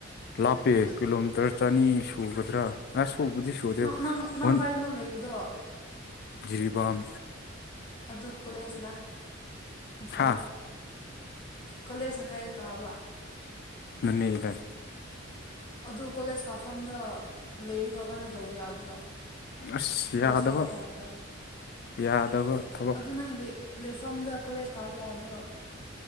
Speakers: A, on the left; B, on the left.
A: ꯂꯥꯞꯄꯦ
B: ꯏꯁ
A: ꯀꯤꯂꯣꯃꯤꯇꯔ ꯆꯅꯤ ꯁꯨꯒꯗ꯭ꯔꯥ ꯑꯁ ꯁꯨꯕꯨꯗꯤ ꯁꯨꯗꯦ
B: ꯅꯪ ꯅꯪ ꯅꯪ
A: ꯍꯟ
B: ꯀꯥꯏꯗꯅꯣ ꯂꯩꯔꯤꯗꯣ
A: ꯖꯤꯔꯤꯕꯥꯝ
B: ꯑꯗꯨ ꯀꯣꯂꯦꯖꯅ ꯏꯝꯐꯥꯜꯗ
A: ꯍꯥ
B: ꯀꯣꯂꯦꯖꯅ ꯀꯥꯏꯗ ꯀꯥꯕ
A: ꯃꯅꯦ ꯏꯂ
B: ꯑꯗꯨ ꯀꯣꯂꯦꯖ ꯀꯥꯞꯐꯝꯗ ꯂꯩꯔꯒ ꯀꯩꯅꯣ ꯇꯧꯕ ꯌꯥꯗ꯭ꯔꯥ
A: ꯑꯁ
B: ꯀꯣꯂꯦꯖ
A: ꯌꯥꯗꯕ
B: ꯀꯥꯞꯄ ꯌꯥꯗ꯭ꯔꯥ
A: ꯌꯥꯗꯕ ꯊꯕꯛ
B: ꯑꯗꯨ ꯅꯪ ꯂꯩꯐꯝꯗ ꯀꯣꯂꯦꯖ ꯀꯥꯕ ꯌꯥꯗ꯭ꯔꯣ